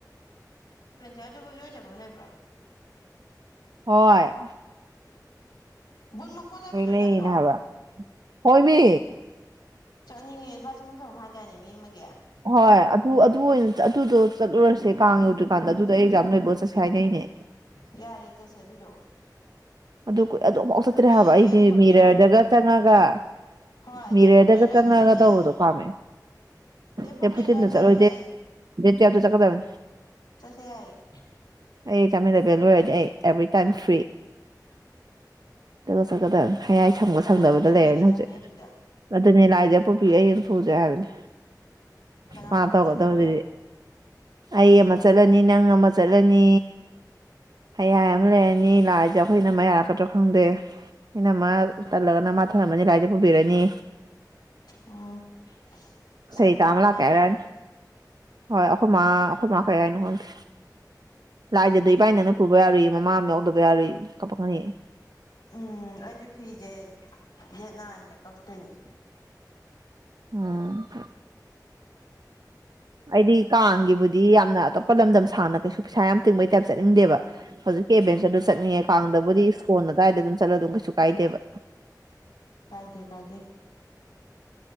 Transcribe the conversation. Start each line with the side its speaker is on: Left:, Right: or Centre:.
Left: ꯄꯟꯆꯥꯌꯦꯠꯇꯕꯨ ꯏꯔꯣꯏꯖꯕ ꯑꯃ ꯂꯩꯕ꯭ꯔꯥ
Right: ꯍꯣꯏꯣꯏ
Left: ꯕꯨꯟ ꯃꯀꯣꯟ ꯂꯩꯕꯗꯣ
Right: ꯂꯩꯌꯦꯅ
Left: ꯅꯠꯇ꯭ꯔꯣ
Right: ꯍꯥꯏꯕ ꯍꯣꯏꯃꯤ
Left: ꯆꯠꯅꯤꯡꯉꯦ ꯂꯨꯄꯥ ꯆꯍꯨꯝ ꯆꯍꯨꯝ ꯍꯥꯏꯇꯥꯏꯅꯦ ꯃꯤ ꯑꯃꯒꯤ
Right: ꯍꯣꯏ ꯑꯗꯨ ꯑꯗꯨ ꯑꯣꯏꯅ ꯑꯗꯨꯗꯣ ꯆꯠꯂꯨꯔꯁꯦ ꯀꯥꯡ ꯌꯧꯗ꯭ꯔꯤꯀꯥꯟꯗ ꯑꯗꯨꯗ ꯑꯦꯛꯖꯥꯝ ꯂꯩꯕ ꯆꯠꯁꯦ ꯁꯥꯏꯅꯩꯅꯦ
Left: ꯌꯥꯏꯌꯦ ꯆꯠꯁꯦ ꯑꯗꯨꯗꯣ
Right: ꯑꯗꯨ ꯑꯗꯨꯝꯐꯥꯎ
Left: ꯑꯗꯨꯗꯤ
Right: ꯆꯠꯇ꯭ꯔꯦ ꯍꯥꯏꯕ
Left: ꯗꯦꯠ
Right: ꯑꯩꯗꯤ
Left: ꯐꯣꯔꯇꯤꯟ
Right: ꯃꯤꯔꯗꯒ ꯆꯪꯉꯒ
Left: ꯍꯣꯏ ꯗꯦꯠ
Right: ꯃꯤꯔꯦꯗꯒ
Left: ꯐꯣꯔꯇꯤꯟ ꯑꯗꯨꯋꯥꯏ
Right: ꯆꯪꯉꯛꯒ
Left: ꯆꯠꯂꯁꯨ ꯌꯥꯏꯌꯦ
Right: ꯇꯧꯕꯗꯣ ꯄꯥꯝꯃꯦ
Left: ꯗꯦꯠ ꯐꯣꯔꯇꯤꯟ
Right: ꯇ ꯄꯨꯊꯗ
Left: ꯑꯗꯨꯋꯥꯏ
Right: ꯅ
Left: ꯆꯠꯂꯁꯨ
Right: ꯆꯂꯣ
Left: ꯌꯥꯏꯌꯦ
Right: ꯆ ꯇ ꯆꯀꯗꯕ
Left: ꯆꯠꯁꯦ ꯌꯥꯏꯌꯦ
Right: ꯑꯩ ꯆꯥꯝꯃꯟꯂꯕꯦꯜ ꯂꯣꯏꯔꯗꯤ ꯑꯩ ꯑꯦꯕ꯭ꯔꯤꯇꯥꯏꯝ ꯐ꯭ꯔꯤ ꯑꯗꯨꯒ ꯆꯠꯀꯗꯅꯤ ꯍꯌꯥꯏ ꯁꯪꯕ
Left: ꯂꯥꯏꯖ
Right: ꯁꯪꯗꯕꯗ
Left: ꯄꯨꯕꯤꯒꯗꯕꯅꯦ
Right: ꯂꯩꯔꯅꯤ ꯍꯧꯖꯤꯛ
Left: ꯑꯗꯨꯗ
Right: ꯑꯗꯨꯅꯤ ꯂꯥꯏꯁꯦ ꯑꯄꯄꯤ ꯑꯩ ꯑꯃ ꯊꯨꯖꯦ ꯍꯥꯏꯕꯅꯤ
Left: ꯀꯅꯥ
Right: ꯃꯥ
Left: ꯀꯅꯥ
Right: ꯇꯒꯣ
Left: ꯆꯠꯇꯣꯏꯕ
Right: ꯇ ꯍꯗꯗꯤ ꯑꯩ ꯑꯃ ꯆꯠꯂꯅꯤ ꯅꯪ ꯑꯃ ꯆꯠꯂꯅꯤ ꯍꯌꯥꯏ ꯑꯃ ꯂꯩꯔꯅꯤ ꯂꯥꯏꯖꯧ ꯑꯩꯈꯣꯏꯅ ꯑꯃ ꯌꯥꯔꯛꯀꯗ꯭ꯔꯣ ꯈꯪꯗꯦ ꯑꯩꯅꯃ ꯇꯜꯂꯒꯅ ꯃꯥ ꯊꯝꯂꯝꯝꯃꯅꯤ ꯂꯥꯏꯔꯤꯁꯦ ꯄꯨꯕꯤꯔꯅꯤ
Left: ꯎꯝ ꯁꯩꯇꯥ
Right: ꯁꯩ ꯀ
Left: ꯑꯃ
Right: ꯑꯃꯂ
Left: ꯂꯩꯔꯦ
Right: ꯀꯦꯔꯅꯤ ꯍꯣꯏ ꯑꯩꯈꯣꯏ ꯃꯥ ꯑꯩꯈꯣꯏ ꯃꯥ ꯀꯩ ꯍꯥꯏꯅꯣ ꯈꯪꯗꯦ ꯂꯥꯏꯖꯗꯣꯏ ꯏꯕꯥꯏꯅꯅ ꯄꯨ ꯌꯥ ꯌꯥꯔꯨꯏ ꯃꯃꯥ ꯑꯃ ꯌꯥꯎꯗꯕ ꯌꯥꯔꯣꯏꯏ ꯀꯄꯛ ꯉꯅꯤ
Left: ꯎꯝ ꯑꯩꯁꯨ ꯐꯤꯁꯦ ꯌꯦꯦꯠꯅꯥ ꯍꯥꯏꯟꯗ ꯀꯛꯇꯣꯏꯅꯦ
Right: ꯎꯝ ꯑꯩꯗꯤ ꯀꯥꯡꯒꯤꯕꯨꯗꯤ ꯌꯥꯝꯅ ꯑꯇꯣꯞꯄ ꯂꯝꯗꯝ ꯁꯥꯡꯅ ꯀꯩꯁꯨ ꯄꯩꯁꯥ ꯌꯥꯝ ꯇꯤꯡꯕꯩ ꯇꯥꯏꯞ ꯆꯠꯅꯤꯡꯗꯦꯕ ꯍꯧꯖꯤꯛꯀꯤ ꯑꯦꯚꯦꯟꯆꯔꯗꯨ
Left: ꯎꯝ
Right: ꯆꯠꯅꯤꯡꯉꯦ ꯀꯥꯡꯗꯕꯨꯗꯤ ꯐꯣꯟ ꯑꯗꯨꯗꯥꯋꯥꯏꯗ ꯑꯗꯨꯝ ꯆꯠꯂ ꯑꯗꯨꯝ ꯀꯩꯁꯨ ꯀꯥꯏꯗꯦꯕ
Left: ꯀꯥꯏꯗꯦ ꯀꯥꯏꯗꯦ